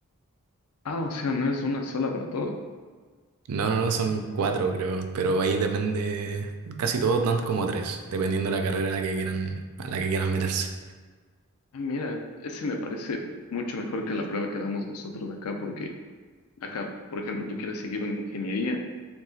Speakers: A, on the left; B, on the right.
A: Ah, o sea, no es una sola para todo.
B: No, no, no, son cuatro creo, pero ahí depende, casi todos dan como tres, dependiendo de la carrera a la que quieran, a la que quieran meterse.
A: Ah, mira, ese me parece mucho mejor que la prueba que damos nosotros acá, porque acá, por ejemplo, tú quieres seguir una ingeniería